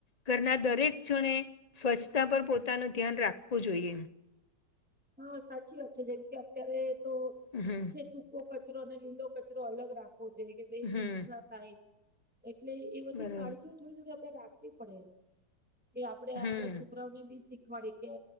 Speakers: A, on the left; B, in the centre.
A: ઘરના દરેક જણે સ્વચ્છતા પર પોતાનું ધ્યાન રાખવું જોઈએ.
B: હા સાચી વાત છે જેમ કે અત્યારે તો.
A: હમ.
B: છે સૂકો કચરો અને લીલો કચરો અલગ રાખવો જોઈએ કે બે
A: હમ.
B: મિક્સ ના થાય. એટલે એ બધી
A: બરાબર.
B: કાળજીઓ થોડી થોડી આપણેે રાખવી પડે. કે આપડે આપડા
A: હમ
B: છોકરાઓને બી શીખવાડી કે